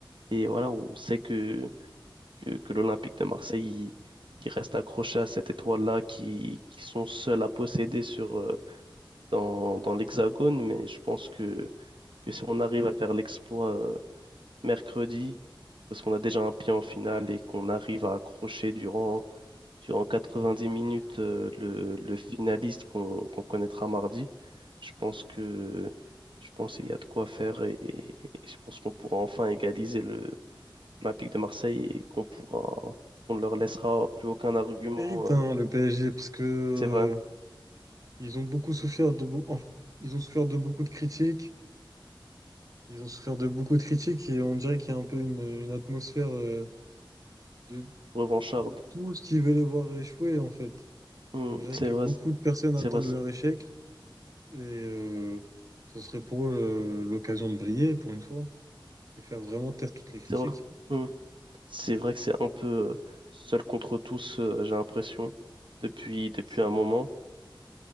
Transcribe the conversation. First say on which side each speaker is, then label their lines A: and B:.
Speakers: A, on the right; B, on the right.
A: Et voilà, on sait que, que, que l'Olympique de Marseille, il, il reste accroché à cette étoile-là qui, qui sont seuls à posséder sur, euh, dans, dans l'Hexagone. Mais je pense que, que si on arrive à faire l'exploit euh, mercredi, parce qu'on a déjà un pied en finale et qu'on arrive à accrocher durant, durant 90 minutes euh, le, le finaliste qu'on qu'on connaîtra mardi, je pense que je pense qu'il y a de quoi faire et, et je pense qu'on pourra enfin égaliser le l'Olympique de Marseille et qu'on pourra, on ne leur laissera plus aucun argument.
B: Il le mérite hein,
A: euh,
B: le PSG, parce que
A: c'est vrai,
B: euh, ils ont beaucoup souffert de beau- enfin, ils ont souffert de beaucoup de critiques. Ils ont souffert de beaucoup de critiques et on dirait qu'il y a un peu une, une atmosphère euh, de,
A: revancharde.
B: de tous qui veulent les voir échouer, en fait.
A: Hmm,
B: On dirait
A: c'est
B: que
A: vrai,
B: beaucoup de personnes
A: c'est
B: attendent
A: vrai, ça.
B: leur échec et euh, ce serait pour eux euh, l'occasion de briller pour une fois et faire vraiment taire toutes les critiques.
A: c'est vrai. Hmm. C'est vrai que c'est un peu euh, seul contre tous, euh, j'ai l'impression, depuis, depuis
B: C'est ça.
A: un moment.